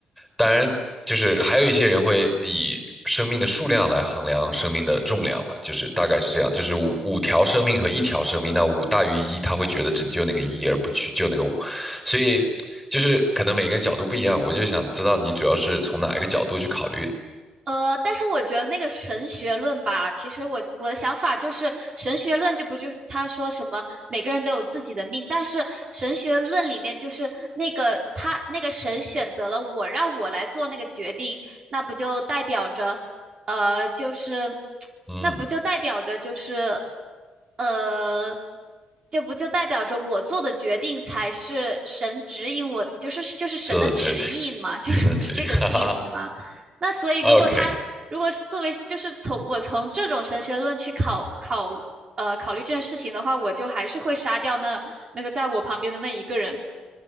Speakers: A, in the centre; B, on the right.
A: 当然，就是还有一些人会以生命的数量来衡量生命的重量吧，就是大概是这样，就是五五条生命和一条生命，那五大于一，他会觉得拯救那个一而不去救那个五，所以就是可能每个人角度不一样，我就想知道你主要是从哪一个角度去考虑的。
B: 呃，但是我觉得那个神学论吧，其实我我的想法就是，神学论就不就是他说什么每个人都有自己的命，但是神学论里面就是那个他那个神选择了我，让我来做那个决定，那不就代表着，呃，就是
A: 嗯
B: 那不就代表着就是呃，这不就代表着我做的决定才是神指引我，就是就是神的旨意嘛，
A: 做的决定，
B: <laughs> 就是不是这种意思吗？
A: 选择题，<laughs> 哈哈哈。
B: 那所以，如果他如果作为就是从我从这种神学论去考考呃考虑这件事情的话，
A: OK，
B: 我就还是会杀掉那那个在我旁边的那一个人，